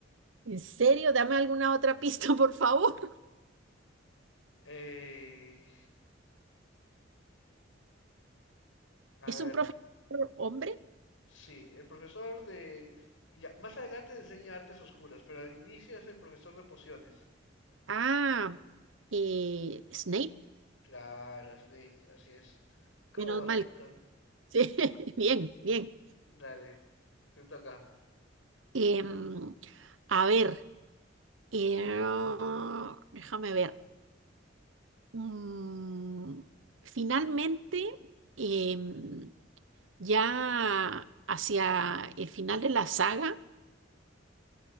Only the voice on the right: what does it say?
¿En serio? Dame alguna otra pista, por favor.
¿Es
un profesor hombre?
Ah, eh, Snape.
Menos mal. Sí, <laughs> bien, bien.
Em, a ver, eh, déjame ver. Mm, finalmente, em, ya hacia el final de la saga,